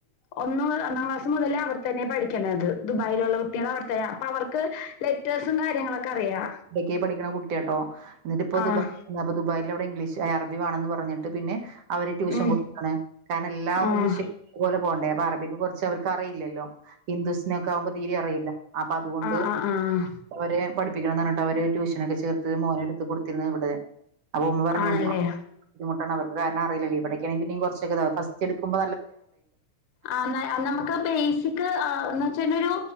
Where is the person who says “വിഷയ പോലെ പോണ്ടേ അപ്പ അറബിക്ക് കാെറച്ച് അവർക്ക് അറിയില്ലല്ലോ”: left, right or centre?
Right